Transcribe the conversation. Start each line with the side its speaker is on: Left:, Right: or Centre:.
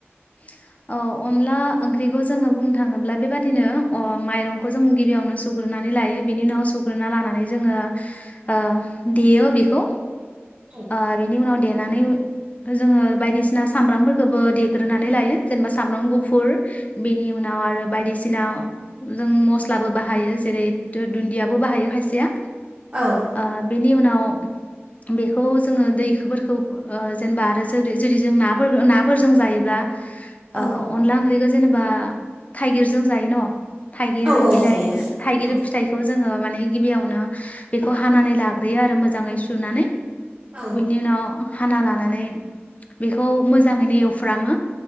Left: <inaudible> औ अनला ओंख्रिखौ जोङो बुंनो थाङोब्ला बेबादिनो अ माइरंखौ जों गिबियावनो सुग्रोनानै लायो बेनि उनाव सुग्रोना लानानै जोङो ओ देयो बेखौ
Right: औ
Left: ओ बिनि उनाव देनानै जोङो बायदिसिना सामब्रामफोरखौबो दे ग्रोनानै लायो जेनेबा सामब्राम गुफुर बेनि उनाव आरो बायदिसिना जों मस्लाबो बाहायो जेरै- दु-दुन्दियाबो बाहायो खायसेया
Right: औ
Left: ओ बेनि उनाव बेखौ जोङो दैफोरखौ ओ जेनेबा आरो जे जेरै जों नाफोर नाफोरजों जायो। ब्ला
Right: औ
Left: ओ अनला ओंख्रिखौ जेनेबा थाइगिरजों जायो न' थाइगिर
Right: औ औ
Left: बिलाइ
Right: जायो
Left: हो थाइगिर
Right: औ
Left: फिथाइ खौ जोङो माने गिबियावनो बेखौ हानानै लाग्रोयो आरो मोजाङै सुनानै।
Right: औ
Left: बेनि उनाव हाना लानानै बेखौ मोजाङैनो एवफ्रामो